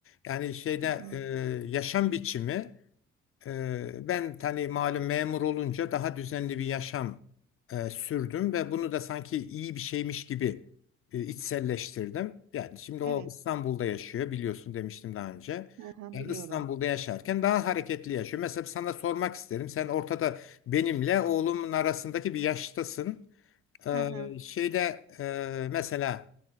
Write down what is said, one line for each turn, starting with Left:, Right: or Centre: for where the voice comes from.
Left: Yani şeyde
Right: Hı hı.
Left: e, yaşam biçimi Eee, Ben hani malum memur olunca daha düzenli bir yaşam eee, sürdüm ve bunu da sanki iyi bir şeymiş gibi e, içselleştirdim. Yani şimdi
Right: Evet.
Left: o İstanbul'da yaşıyor biliyorsun demiştim daha önce.
Right: Hı hı,
Left: Yani
Right: biliyorum.
Left: İstanbul'da yaşarken daha hareketli yaşıyor. Mesela sana sormak isterim. Sen ortada benimle oğlumun arasındaki bir yaştasın. Ee,
Right: Hı hı.
Left: şeyde e, mesela